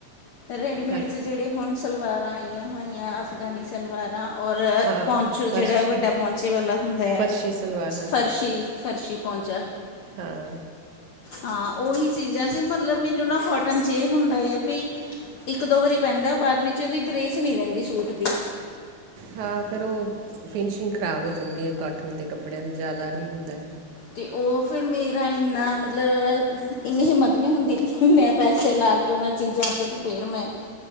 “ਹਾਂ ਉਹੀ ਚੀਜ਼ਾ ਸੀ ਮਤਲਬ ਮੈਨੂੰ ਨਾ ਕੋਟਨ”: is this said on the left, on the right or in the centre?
Left